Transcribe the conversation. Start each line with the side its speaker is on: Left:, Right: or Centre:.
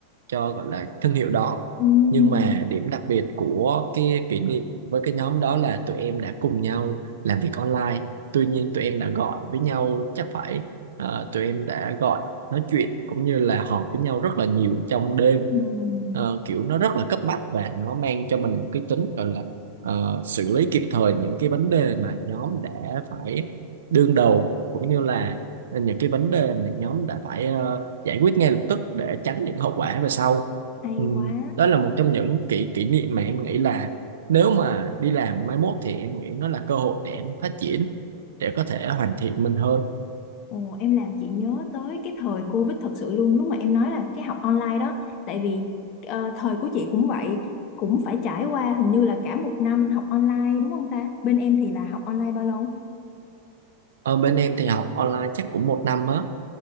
Right: cho gọi là thương hiệu đó
Left: Ừm,
Right: nhưng mà điểm đặc biệt của cái kỷ niệm với cái nhóm đó là tụi em đã cùng nhau làm việc online tuy nhiên tụi em đã gọi với nhau chắc phải ờ, tụi em đã gọi nói chuyện cũng như là họp với nhau rất là nhiều trong đêm
Left: ừm,
Right: Ờ, kiểu nó rất là cấp bách và nó mang cho mình một cái tính gọi là ờ, xử lý kịp thời những cái vấn đề mà nhóm đã phải đương đầu cũng như là những cái vấn đề mà nhóm đã phải ờ, giải quyết ngay lập tức để tránh những hậu quả về sau
Left: hay
Right: Ừm,
Left: quá
Right: đó là một trong những kỷ kỷ niệm mà em nghĩ là nếu mà đi làm mai mốt thì em nghĩ nó là cơ hội để em phát triển để có thể hoàn thiện mình hơn
Left: Ồ, em làm chị nhớ tới cái thời Covid thật sự luôn lúc mà em nói là cái học online đó tại vì ờ, thời của chị cũng vậy cũng phải trải qua hình như là cả một năm học online đúng không ta bên em thì là học online bao lâu
Right: ở bên em thì học online chắc cũng một năm á